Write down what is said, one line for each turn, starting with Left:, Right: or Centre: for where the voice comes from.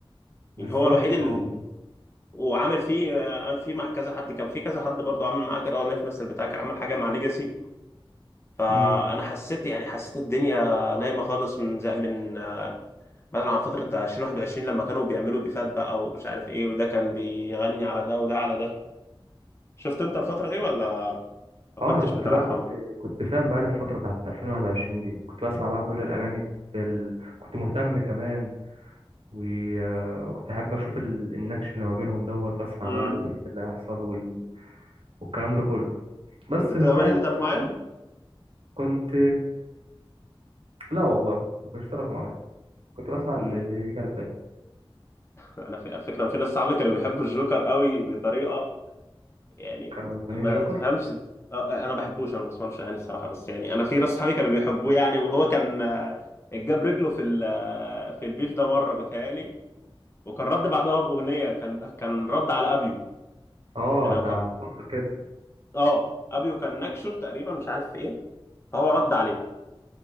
Right: بالظبط
Left: يعني هو الوحيد اللي
Right: اه
Left: وعامل فيه عامل فيه مع كذا حد كان في كذا حد برضو عامل معاه كده هو في نفس البتاع كان عامل حاجه مع ليجاسي فانا
Right: امم
Left: حسيت يعني حسيت الدنيا نايمه خالص من زي من بدل عن فترة 2021 لما كانوا بيعملوا بيفات بقى ومش عارف ايه وده كان بيغني على ده وده على ده شفت انت الفترة دي ولا ما
Right: اه
Left: كنتش
Right: انا كنت
Left: متابعهم
Right: بقى كنت كنت فاهم بقى الفترة بتاعت 2021 دي كنت بسمع بقى كل الاغاني بال... كنت مهتم كمان و... آه، وكنت احب اشوف ال... النكش اللي ما بينهم دوت واسمع
Left: امم
Right: بقى اللي اللي هيحصل وال... والكلام ده كله بس
Left: كنت بتبقى
Right: من ساعة
Left: مالي اللي طرف
Right: الحوار
Left: معين
Right: ده كنت لا والله ما كنتش تعرف معايا كنت بسمع اللي
Left: امم
Right: اللي يجي على بالي
Left: انا في على فكرة أنا في ناس صحابي كانوا بيحبوا الجوكر قوي بطريقة يعني
Right: كانوا مدمنين
Left: ما
Right: جوكر
Left: تفهمش آه، آه، انا ما بحبوش انا ما بسمعلوش اغاني الصراحة بس يعني انا في ناس صحابي كانوا بيحبوه يعني وهو كان آه، جاب رجله في ال- آه، في البيف ده مرة بيتهيألي وكان رد بعدها بأغنية كان كان رد على ابيو
Right: اه
Left: يعني
Right: ده فترة كده
Left: اه ابيو كان نكشه تقريبا مش عارف في ايه فهو رد عليه